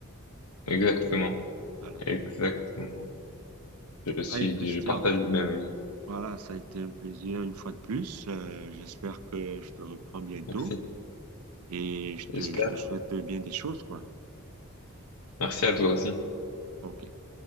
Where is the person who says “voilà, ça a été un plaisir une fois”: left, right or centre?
Right